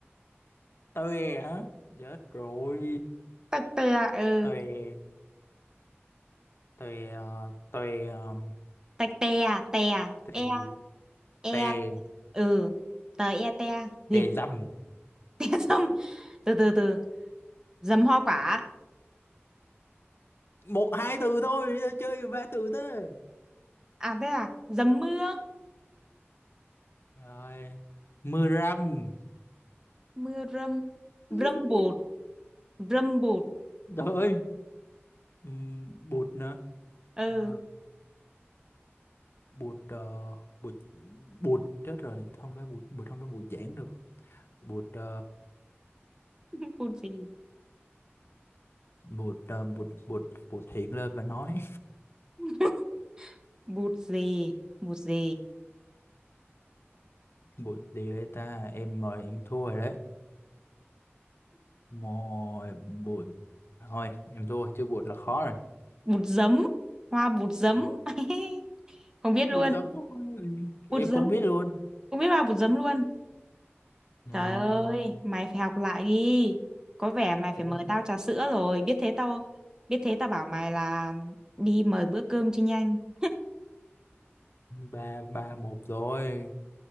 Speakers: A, on the left (about 60°); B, on the right (about 15°).
A: toe hả chết rồi
B: tạch tè ừ
A: toe tôi ờ, tôi ờ,
B: tạch tè tè
A: tề
B: e
A: gì
B: e
A: tề
B: ừ tờ e te việt
A: tề dầm
B: <laughs> te dâm từ từ từ dầm hoa quả
A: một hai từ thôi sao chơi ba từ thế
B: à thế à dầm mưa
A: rồi mưa rằm
B: mưa râm
A: <laughs>
B: râm bụt râm bụt
A: trời ơi Ừm, bụt nữa
B: ừ
A: Ờ, bụt ờ, bụt bụt chết rồi không phải bụt bụt không phải bụt giảng được bụt ờ,
B: <laughs> bụt gì
A: bụt ờ, bụt bụt bụt hiện lên và nói
B: <laughs> bụt gì bụt gì
A: <laughs> bụt gì đây ta em mời em thua rồi đấy mồi bụt thôi em thua chứ bụt là khó rồi
B: bụt giấm hoa bụt giấm
A: Ồ.
B: <laughs> không biết
A: buổi
B: luôn
A: sớm
B: bụt
A: em
B: giấm
A: không biết luôn
B: không biết hoa bụt giấm luôn
A: rồi
B: Trời ơi, mày phải học lại đi. Có vẻ mày phải
A: chết
B: mời tao trà sữa rồi. Biết thế tao, biết thế tao bảo mày là đi mời bữa cơm cho nhanh.
A: ba ba một rồi